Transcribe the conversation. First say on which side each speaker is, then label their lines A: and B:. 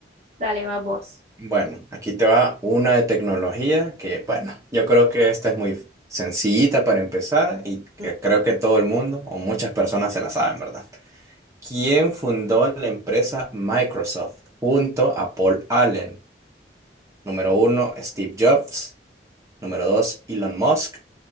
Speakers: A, on the right; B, on the right.
A: dale, va vos.
B: Bueno, aquí te va una de tecnología que, bueno, yo creo que esta es muy sencillita para empezar y que
A: Mm.
B: creo que todo el mundo o muchas personas se la saben, ¿verdad? ¿Quién fundó la empresa Microsoft junto a Paul Allen? Número uno, Steve Jobs. Número dos, Elon Musk.